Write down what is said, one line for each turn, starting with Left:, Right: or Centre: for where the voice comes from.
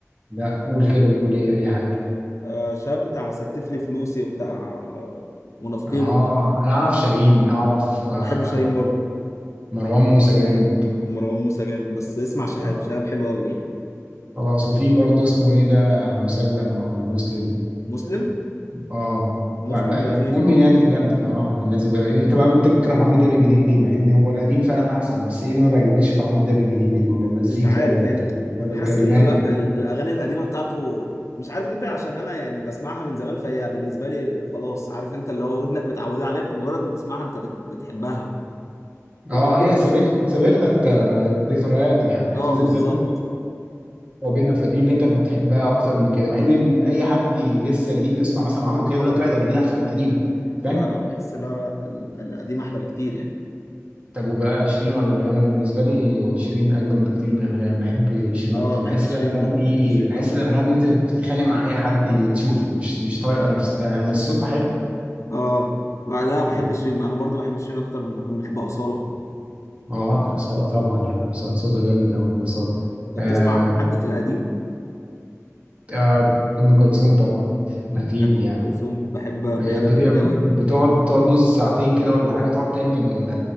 Right: لا قول كده بيقول ايه اي حاجه
Left: آه شهاب بتاع ستف لي فلوسي وبتاع آه، منافقين
Right: اه
Left: وبتاع
Right: انا اعرف شاهين اعرف آه
Left: انا بحب شاهين برضه
Right: مروان موسى جامد
Left: ومروان موسى جامد بس اسمع شهاب
Right: آه.
Left: شهاب حلو قوي يعني
Right: خلاص وفي برضه اسمه ايه ده مسلم ولا مسلم
Left: مسلم
Right: اه
Left: مسلم
Right: بقى بقى
Left: لذيذ
Right: يعني المهم
Left: برضه
Right: الناس دي جامده اه بقى الناس دي بقى إيه، انت بقى بتكره عمرو دياب الجديد ليه مع ان هو القديم فعلا احسن بس ايه اللي ما بيعجبكش في عمرو دياب الجديد المزيكا
Left: مش عارف
Right: ولا
Left: يعني
Right: الكل- ولا
Left: حاسس
Right: الكلمات
Left: انه لا
Right: ولا
Left: ال- الاغاني القديمه بتاعته مش عارف ممكن عشان انا يعني بسمعها من زمان فهي بالنسبه لي خلاص عارف انت اللي هو ودنك متعوده عليها فمجرد ما بتسمعها انت بت... بتحبها
Right: اه
Left: الجديد
Right: هي
Left: مش
Right: سابت سابت لك آه، ذكريات يعني
Left: اه
Right: في ذكريات
Left: بالظبط
Right: ما بينك وبينها فدي اللي انت بتحبها اكتر من كده مع ان ال- اي حد لسه جديد بيسمع مثلا عمرو كده يقول لك لا ده جديد احسن من القديم فاهم
Left: لا لا بحس لا لا ال- القديم احلى بكتير يعني
Right: طب وبقى شيرين ولا انغام انا بالنسبه لي شيرين اجمد بكتير من انغام بحب شيرين
Left: اه
Right: اكتر
Left: بحب
Right: بحس
Left: شيرين
Right: ان الانغام
Left: برضو
Right: دي
Left: بحب شيرين
Right: بحس
Left: قوي
Right: ان الانغام دي بتتخانق مع اي حد تشوفه مش مش طايقه نفسها يعني بس صوتها حلو
Left: اه لا بحب
Right: اه
Left: شيرين انا برضو بحب شيرين اكتر من انا بحب اصاله
Right: اه صالة طبعا يعني صوتها جامد قوي صالة
Left: طب
Right: آه،
Left: تسمع حد في القديم
Right: آه، ام كلثوم طبعا
Left: أنا
Right: اكيد
Left: بحب
Right: يعني
Left: ام كلثوم بحب ميادة
Right: هي بت-
Left: الحناوي
Right: بتقعد تقعد نص ساعتين كده ولا حاجة تقعد تعمل